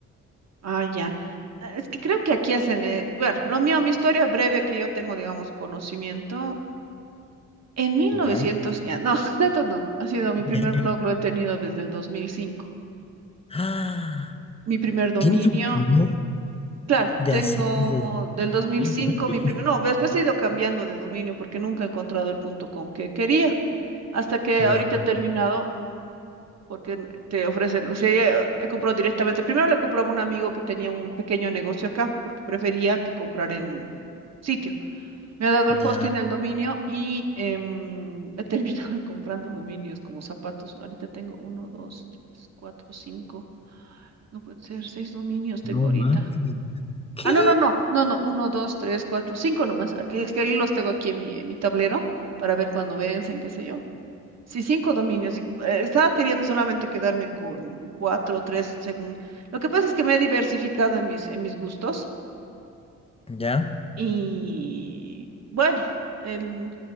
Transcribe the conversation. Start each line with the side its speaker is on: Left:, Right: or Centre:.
Right: Ah, ya. Ah, Es que creo que aquí hacen, eh, bueno, lo mío, mi historia breve que yo tengo, digamos, conocimiento. En 1900,
Left: Ya. <gasps>
Right: ya, no, <laughs> tanto no, ha sido mi
Left: <laughs>
Right: primer blog, lo he tenido desde el 2005.
Left: Ah,
Right: Mi primer
Left: ¿Tienes
Right: dominio,
Left: un video
Right: Claro,
Left: de
Right: tengo
Left: hacer de...
Right: del 2005
Left: ¿El video?
Right: mi primer, no, después he ido cambiando de dominio porque nunca he encontrado el punto .com que quería, hasta que
Left: Ya,
Right: ahorita he terminado porque n- te ofrecen, o sea, ya, eh, he comprado directamente, primero le compraba a un amigo que tenía un pequeño negocio acá, porque prefería que comprar en sitio. Me ha dado el
Left: ya,
Right: hosting del dominio y em, he terminado <laughs> comprando dominios como zapatos. Ahorita tengo uno, dos, tres, cuatro, cinco, no puede ser, seis dominios tengo
Left: no
Right: ahorita.
Left: mames. ¿Qué?
Right: Ah, no, no, no, no, no, uno, dos, tres, cuatro, cinco nomás. ah, que- Es que ahí los tengo aquí en mi, en mi tablero para ver cuándo vencen, qué sé yo. Sí, cinco dominios. y, eh, estaba queriendo solamente quedarme con cuatro o tres según. Lo que pasa es que me he diversificado en mis, en mis gustos
Left: Ya,
Right: y bueno, el-